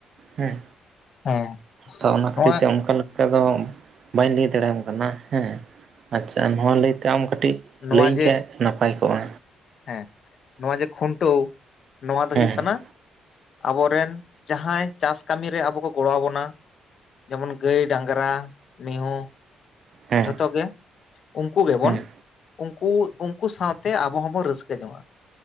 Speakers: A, on the right; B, on the left.
A: ᱦᱩᱸ᱾
B: ᱦᱮᱸ
A: ᱛᱚ ᱚᱱᱟ
B: ᱱᱚᱣᱟ
A: ᱠᱷᱟᱹᱛᱤᱨ ᱛᱮ ᱚᱱᱠᱟ ᱞᱮᱠᱟ ᱫᱚ ᱵᱟᱹᱧ ᱞᱟᱹᱭ ᱫᱟᱲᱮᱣᱟᱢ ᱠᱟᱱᱟ ᱦᱮᱸ᱾ ᱟᱪᱪᱷᱟ ᱱᱚᱣᱟ ᱞᱟᱹᱭᱛᱮ ᱟᱢ ᱠᱟᱹᱴᱤᱡ
B: ᱱᱚᱣᱟ
A: ᱞᱟᱹᱭᱟᱹᱧ
B: ᱡᱮ
A: ᱠᱷᱟᱡ ᱱᱟᱯᱟᱭ ᱠᱚᱜᱼᱟ᱾
B: ᱦᱮᱸ ᱱᱚᱣᱟ ᱡᱮ ᱠᱷᱩᱱᱴᱟᱹᱣ ᱱᱚᱣᱟ ᱫᱚ
A: ᱦᱮᱸ
B: ᱦᱩᱭᱩᱜ ᱠᱟᱱᱟ ᱟᱵᱚᱨᱮᱱ ᱡᱟᱸᱦᱟᱭ ᱪᱟᱥ ᱠᱟᱹᱢᱤ ᱨᱮ ᱟᱵᱚ ᱠᱚ ᱜᱚᱲᱚ ᱟᱵᱚᱱᱟ ᱡᱮᱢᱚᱱ ᱜᱟᱹᱭ, ᱰᱟᱝᱨᱟ, ᱢᱤᱦᱩᱸ
A: ᱦᱮᱸ
B: ᱡᱷᱚᱛᱚ ᱜᱮ ᱩᱱᱠᱩ ᱜᱮᱵᱚᱱ
A: ᱦᱮᱸ
B: ᱩᱱᱠᱩ ᱩᱱᱠᱩ ᱥᱟᱶᱛᱮ ᱟᱵᱚ ᱦᱚᱸᱵᱚᱱ ᱨᱟᱹᱥ ᱠᱟᱹ ᱡᱚᱝᱟᱜ‍ᱼᱟ᱾